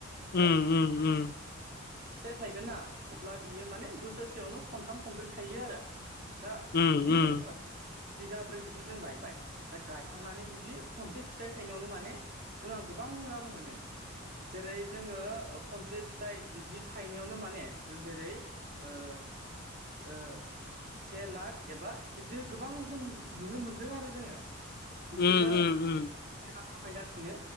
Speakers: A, on the right; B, on the left.
A: दा
B: उम उम उम
A: फिथाइ थायगोन ना अब्ला बियो माने बोसोरसेयावनो खनथाम खनब्रै थायो आरो दा
B: उम
A: जुदि
B: उम
A: बिगाब्रै जुदि जों गायबाय दा गायखांनानै जुदि खनसे फिथाइ थाइनायावनो माने जोंहा गोबां रां मोनो जेरै जोङो खनसे फिथाइ बिब्दि थाइनायावनो माने जों जेरै ओ ओ से लाख एबा बिब्दिनो गोबां जों नुनो मोनदों आरो जोङो बिब्दिनो
B: उम उम उम
A: रां खामायगासिनो